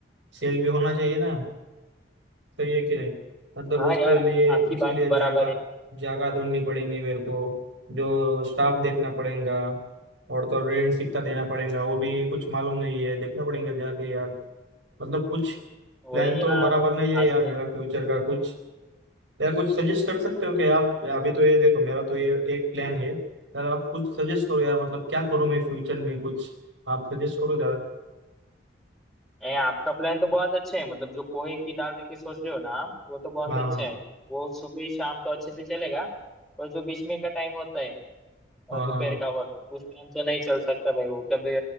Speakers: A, on the right (about 80°); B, in the centre.
A: सेल भी होना चाहिए ना सही है कि नहीं मतलब
B: हाँ
A: उसको
B: यार
A: लिए
B: आपकी
A: उसके
B: बात
A: लिए
B: भी बराबर
A: जगह
B: है
A: जगह ढूंढनी पड़ेगी मेरे को जो स्टाफ देखना पड़ेगा और तो रेंट कितना देना पड़ेगा वो भी कुछ मालूम नहीं है देखना पड़ेगा जाके यार मतलब कुछ
B: वही
A: प्लान तो
B: यार
A: बराबर नहीं है
B: आजकल
A: यार मेरा फ्यूचर का कुछ यार कुछ सजेस्ट कर सकते हो कि आप अभी तो ये देखो मेरा तो ये एक प्लान है यार आप कुछ सजेस्ट करो यार मतलब क्या करूँ मैं फ्यूचर में कुछ आप सजेस्ट करो जरा
B: ए, आपका प्लान तो बहुत अच्छा है मतलब जो पोहे की दाल की सोच रहे हो ना आप वो तो बहुत
A: हाँ
B: अच्छा
A: हाँ
B: है वो सुबह शाम तो अच्छे से चलेगा पर जो बीच में का टाइम होता है अ,
A: हाँ
B: दोपहर
A: हाँ हाँ
B: का वक्त उस टाइम तो नहीं चल सकता भाई वो कभी